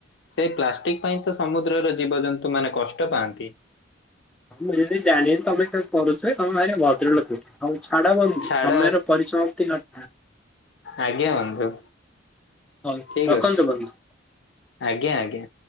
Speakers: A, on the left (about 65°); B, in the centre.
A: ସେଇ ପ୍ଲାଷ୍ଟିକ ପାଇଁ ତ ସମୁଦ୍ରର ଜୀବଜନ୍ତୁ ମାନେ କଷ୍ଟ ପାଆନ୍ତି।
B: ଆ ମୁଁ ଯଦି ଜାଣିନି ତମେ କେ କରୁଚ ତମ ଆଡେ ଭଦ୍ର ଲୋକ ହଉ ଛାଡ ବନ୍ଧୁ
A: ଛାଡ
B: ସମୟର ପରିସମାପ୍ତି ଘ
A: ଆଜ୍ଞା ବନ୍ଧୁ।
B: ହଉ
A: ଠିକ
B: ରଖନ୍ତୁ
A: ଅଛି
B: ବନ୍ଧୁ।
A: ଆଜ୍ଞା ଆଜ୍ଞା।